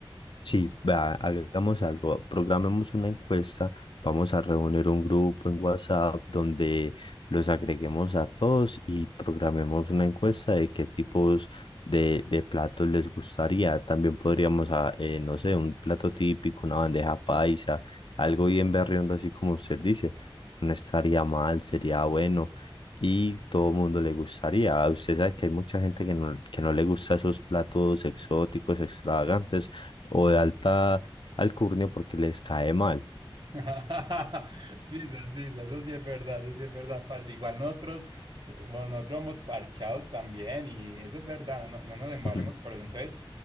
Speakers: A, on the left (about 60°); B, on the right (about 60°).
A: Sí, vea, hagamos algo, programemos una encuesta, vamos a reunir un grupo en WhatsApp donde los agreguemos a todos y programemos una encuesta de qué tipos de, de platos les gustaría. También podríamos, ah, eh, no sé, un plato típico, una bandeja paisa, algo bien berriondo, así como usted dice. No estaría mal, sería bueno y todo el mundo le gustaría. Usted sabe que hay mucha gente que no, que no le gusta esos platos exóticos, extravagantes o de alta alcurnia porque les cae mal.
B: <laughs> Sí, sa- sí, sa, eso sí es verdad, eso sí es verdad, parce. Igual nosotros, bueno, nosotros somos parchados también y eso es verdad, no, no nos embalemos
A: <laughs>
B: por eso. Entonces,